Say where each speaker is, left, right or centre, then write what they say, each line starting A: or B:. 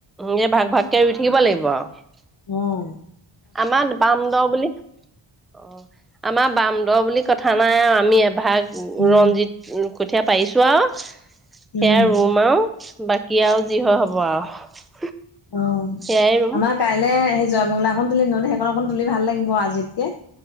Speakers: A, in the centre; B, on the left (about 55°).
A: যে ভাগ ভাগকে ৰুই থাকিব লাগিব আৰু।
B: উম,
A: আমাৰ বাম দ বুলি অ আমাৰ বাম দহ বুলি কথা নাই আৰু আমি এভাগ
B: উম
A: ৰঞ্জিত কঠীয়া পাৰিছোঁ আৰু সেয়া
B: উম
A: ৰুম আৰুও বাকী আৰু যি হয় হ'ব আৰু
B: অ,
A: সেয়াই ৰুম
B: আমাৰ কাইলে জোৱামংলা অকণ তুলিম নহ সেইক অকণ তুলি ভাল লাগিব আজিতকে।